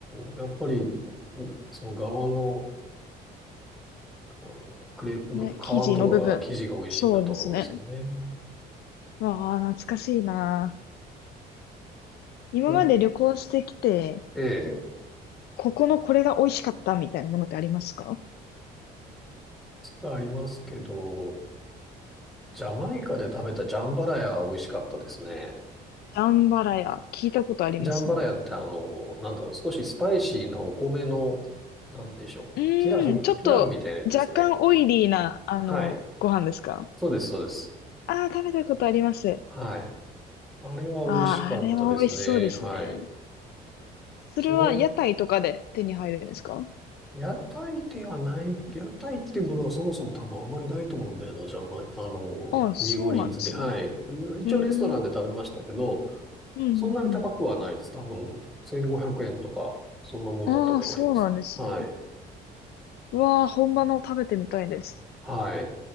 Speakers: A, in the centre; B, on the left.
A: ん、やっぱり、その側の、あのクレープの皮のところが生地が美味しいんだと思うんですよね。
B: ね、生地の部分。そうですね。わあ、懐かしいな。今まで旅行してきて、
A: うん、ええ、
B: ここのこれが美味しかったみたいなものってありますか
A: がありますけど、ジャマイカで食べたジャンバラヤは美味しかったですね。
B: ダンバラヤ、聞いたことありますね。
A: ジャンバラヤってあの、なんだろう、少しスパイシーなお米の、なんでしょう、
B: うーん、
A: ピラフ、
B: ちょっと若干オイリーな、
A: ピラフみたいなやつですね。
B: あの、
A: はい。
B: ご飯ですか
A: そうです、そうです。
B: ああー、食べたことあります。
A: はい。あれは美味しかったですね。
B: ああ、あれは美味しそうですね。
A: はい。
B: それは屋台とかで手に入るんですか
A: その、屋台ではない、屋台っていうものはそもそも多分あんまりないと思うんだよな、じゃまあの、
B: ああー、そうなんですね。
A: ニューオーリンズで。はい。うん一応レストランで食べましたけど、
B: へえ。うんうんうん。
A: そんなに高くはないです。多分、1500円とか、そんなもんだったと思います。
B: ああ、そうなんですね。
A: はい。
B: うわあ、本場の食べてみたいです。
A: はい。